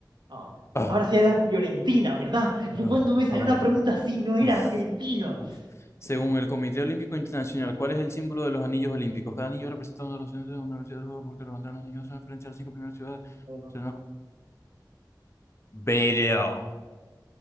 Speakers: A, on the right (about 75°); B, on the left (about 35°).
A: Oh,
B: Ah,
A: Ahora sí es la Fiorentina, ¿verdad? Yo
B: ah,
A: cuando me salió
B: ah.
A: una pregunta así no era
B: Uf,
A: la Fiorentina.
B: uf. Según
A: Sí, un
B: el Comité Olímpico Internacional, ¿cuál es el símbolo de los anillos olímpicos? Cada anillo representa uno de los centros de una universidad del juego porque la bandera de los niños se referencia a las cinco primeras ciudades.
A: solo.
B: Si no- Pero.